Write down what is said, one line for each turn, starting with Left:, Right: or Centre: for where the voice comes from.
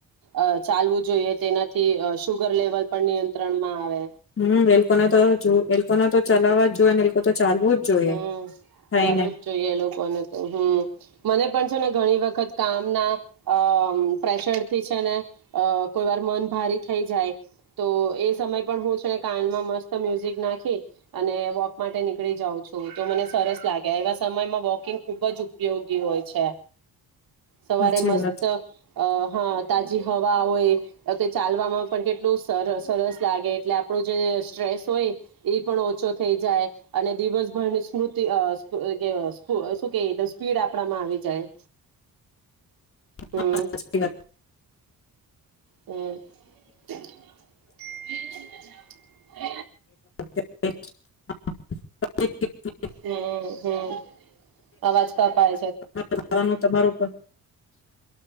Right: અ ચાલવું જોઈએ તેનાથી શુગર લેવલ પણ નિયંત્રણમાં આવે.
Left: હમ્મ વેલકોના તો જો એલકોને તો ચલાવવા જ જોય ને એ ચાલવું જ જોઈએ
Right: હમ્મ
Left: થાયને
Right: ચાલવુ જ જોઈએ એ લોકોને હમ્મ મને પણ છે ને ઘણી વખત કામના અ પ્રેશરથી છે ને અ કોઈ વાર મન ભારી થઈ જાય તો એ સમય પણ હું છે ને કાનમાં મસ્ત મ્યુઝિક નાખી અને વોક માટે નીકળી જાઉં છું. તો મને સરસ લાગે, એવા સમયમાં વોકિંગ ખુબ જ ઉપયોગી હોય છે. સવારે
Left: સાચી
Right: મસ્ત
Left: વાત
Right: અ હા તાજી હવા હોય તે ચાલવામાં પણ કેટલું સરસ સરસ લાગે એટલે આપણું જે સ્ટ્રેસ હોય એ પણ ઓછો થઈ જાય અને દિવસ. સ્મૃતિ સુ કે સુ કે સ્પીડ આપડામાં આવી જાય. હમ
Left: હા, સાચી વાત.
Right: હમ્મ <inaudible> <unintelligible>
Left: <unintelligible>
Right: હમ્મ હમ્મ અવાજ કપાાય.
Left: ખાવાનું તમારું પણ. <unintelligible>